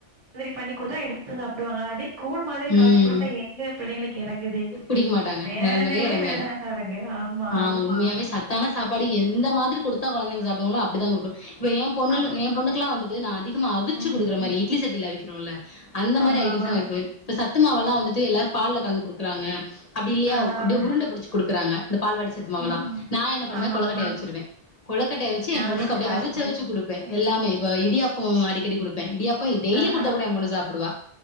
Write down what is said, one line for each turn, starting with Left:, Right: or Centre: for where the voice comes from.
Right: மாதிரி பண்ணி கொடுத்தா எடுத்து சாப் <unintelligible> கூழ் மாரி காச்சி
Left: ம்
Right: குடுத்தா எங்க பிள்ளைங்களுக்கு எறங்குது
Left: குடிக்க மாட்டாங்க
Right: வேணவே
Left: எறங்கவே எறங்காது
Right: வேணானானுங்க ஆமா
Left: ஆ
Right: <unintelligible>
Left: உண்மையாவே சத்தான சாப்பாடு எந்த மாதிரி குடுத்தா கொழந்தைங்க சாப்டுவாங்ளோ அப்டி தா குடுக்கணு இப்ப ஏ பொண்ணுல்
Right: அப்ப
Left: ஏ பொண்ணுக்கெல்லா வந்துட்டு நா அதிகமா அவிச்சு
Right: ம்.
Left: குடுக்கற மாரி இட்லி சட்டில அவிக் கிறோல்ல அந்த மாரி
Right: ஆமா,
Left: ஐட்டம்ஸ்ல்லா
Right: ஆமா.
Left: வெப்பே சத்து மாவெல்லா வந்துட்டு எல்லார் பால்ல கலந்து குடுக்கறாங்க அப்டில்லயா
Right: ஆ.
Left: அப்படியே உருண்ட புடிச்சு குடுக்கறாங்க இந்த பால்வாடி சத்து மாவு
Right: ம்
Left: எல்லா
Right: ம்
Left: நா என்ன பண்ணுவே
Right: ஆமா
Left: கொழக்கட்டயா
Right: ஆமா
Left: அவிச்சிருவே கொழக்கட்ட அவிச்சு
Right: ஆ
Left: எம்பொண்ணுக்கு
Right: சூப்பர்
Left: அப்படியேய் அவிச்சு
Right: சூப்பர்
Left: அவிச்சு குடுப்பே எல்லாமே இப்போ இடியாப் போ அடிக்கடி குடுப்பே இடியப் போ டெய்லி
Right: ஆ
Left: குடுத்த
Right: ஆ
Left: கூட எம்பொண்ணு சாப்புடுவா